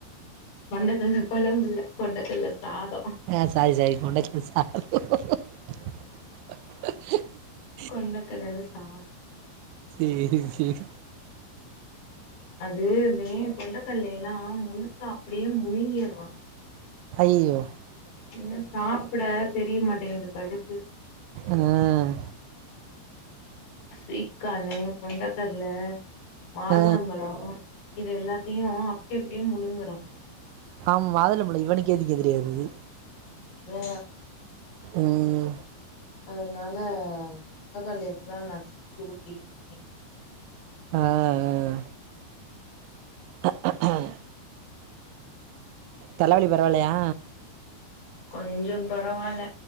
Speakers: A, on the left (about 65°); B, on the right (about 80°).
A: கொண்டக்கல்ல கொழம்பு இல்ல கொண்டக்கல்ல சாதோ
B: ஆஹ் சாரி சாரி கொண்ட <unintelligible>
A: கொண்டக்கடல சாத்
B: தேரி செரி
A: அது மே கொண்டகல்லே ஏன்னா முழுசா அப்டியே முழுங்கீருவா
B: அய்யயோ
A: இன்னு சாப்புட தெரிய மாட்டேங்குது கடுத்து
B: ஆ
A: ஸ்வீட் கானு கொட்டகட்ல மாதுளம்பழோ
B: ஆ
A: இது எல்லாத்தியு எப்டியோ முழுங்கறா
B: ஆம் மாதுளபழு இவனுக்கேதுக்கே தெரியாது
A: வே
B: உம்ம்
A: அதனால தக்காளிய எல்லா நசிக்கி ஊட்டி இருக்
B: ஆஹ் ஆஹ் தலவலி பரவால்லயா
A: கொஞ்சம் பரவால்ல